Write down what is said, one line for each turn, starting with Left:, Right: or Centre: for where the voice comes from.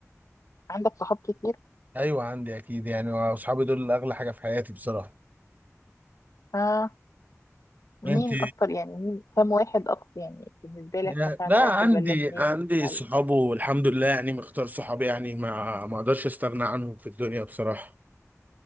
Left: عندك صحاب كتير
Right: ايوه عندي اكيد يعني واصحابي دول اغلى حاجة في حياتي بصراحة
Left: آه مين
Right: انت
Left: اكتر يعني مين كام واحد اكتر يعني بالنسبه لك
Right: يعني
Left: مثلا
Right: لا
Left: واحد
Right: عندي
Left: ولا اتنين
Right: عندي
Left: هل
Right: صحابه والحمد لله يعني مختار صحابي يعني ما ما اقدرش استغنى عنهم في الدنيا بصراحة